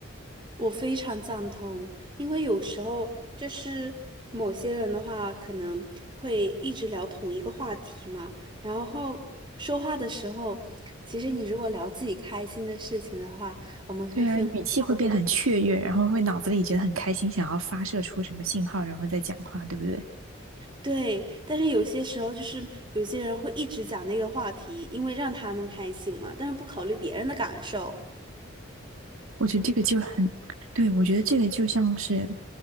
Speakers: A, on the right; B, on the right.
A: 我非常赞同，因为有时候就是某些人的话，可能会一直聊同一个话题嘛，然后说话的时候，其实你如果聊自己开心的事情的话，我们会分好多的
B: 对啊，语气会变得很雀跃，然后会脑子里觉得很开心，想要发射出什么信号，然后再讲话，对不对？
A: 对，但是有些时候就是有些人会一直讲那个话题，因为让他们开心嘛，但是不考虑别人的感受。
B: 我觉得这个就很，对，我觉得这个就像是